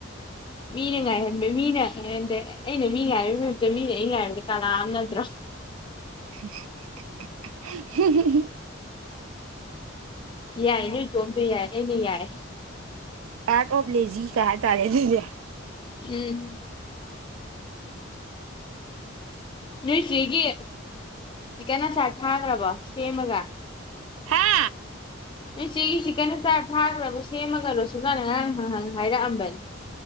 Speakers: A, on the left (about 25°); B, on the right (about 80°).
A: ꯃꯤꯅ ꯉꯥꯏꯍꯟꯕ ꯃꯤꯅ ꯉꯥꯏꯍꯟꯗꯦ ꯑꯩꯅ ꯃꯤ ꯉꯥꯕꯩ ꯃꯍꯨꯠꯇ ꯃꯤꯅ ꯑꯩ ꯉꯥꯏꯕ ꯀꯂꯥ ꯑꯃ ꯅꯠꯇ꯭ꯔꯣ
B: <unintelligible> <unintelligible>
A: ꯌꯥꯏ ꯅꯣꯏ ꯇꯣꯝꯗꯨ ꯌꯥꯏ ꯑꯩꯅ ꯌꯥꯏ
B: ꯑꯥꯠ ꯑꯣꯐ ꯂꯦꯖꯤ ꯀꯥꯏ ꯍꯥꯏ ꯇꯥꯔꯦ ꯑꯗꯨꯗꯤ
A: ꯎꯝ ꯅꯣꯏꯆꯦꯒꯤ ꯆꯤꯛꯀꯟ ꯑꯆꯥꯥꯔ ꯊꯥꯈ꯭ꯔꯕꯣ ꯁꯦꯝꯃꯒ
B: ꯍꯥ
A: ꯅꯣꯏ ꯆꯦꯒꯤ ꯆꯤꯀꯟꯟꯅ ꯆꯥꯔ ꯊꯥꯈ꯭ꯔꯕ꯭ꯔꯣ ꯁꯦꯝꯃꯒ ꯔꯣꯁꯤꯕꯂꯥꯅ ꯉꯔꯥꯡ ꯍꯪ ꯍꯥꯏꯔꯛꯑꯝꯕꯅꯤ